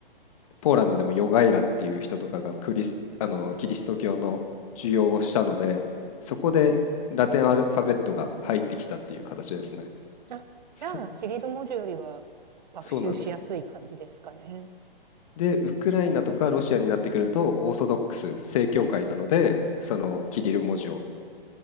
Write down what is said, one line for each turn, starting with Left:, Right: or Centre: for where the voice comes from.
Left: ポーランドでもヨガイラっていう人とかがクリス、あのキリスト教の授業をしたので、そこでラテンアルファベットが入ってきたっていう形ですね。
Right: あ、じゃあ、
Left: そ、
Right: キリル文字よりは学習しやすい感じですかね。
Left: そうなんです。で、ウクライナとかロシアになってくると、オーソドックス、正教会なので、そのキリル文字を